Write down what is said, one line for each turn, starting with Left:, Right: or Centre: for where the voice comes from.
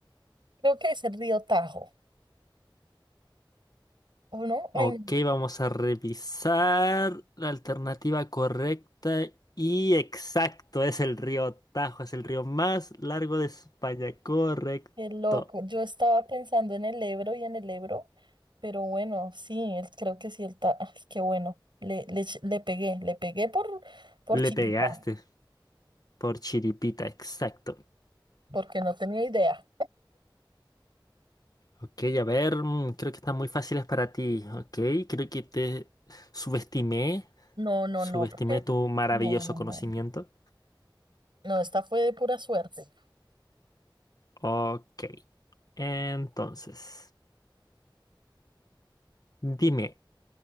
Right: Creo que es el río Tajo, ¿o no? Ay,
Left: Ok,
Right: no,
Left: vamos a revisar la alternativa correcta y exacto, es el río Tajo, es el río más largo de España, correcto.
Right: qué loco. Yo estaba pensando en el Ebro y en el Ebro, pero bueno, sí, el- creo que sí, el Tajo. Ay, qué bueno. Le, le, ch- le pegué, le pegué por, por chiquita.
Left: Le pegaste por chiripita, exacto.
Right: porque no tenía idea.
Left: Ok, a ver, mm, creo que están muy fáciles para ti, ok, creo que te subestimé,
Right: No, no,
Left: subestimé
Right: no, porque
Left: tu maravilloso
Right: no, no,
Left: conocimiento.
Right: no. No, esta fue de pura suerte.
Left: Ok, entonces, dime.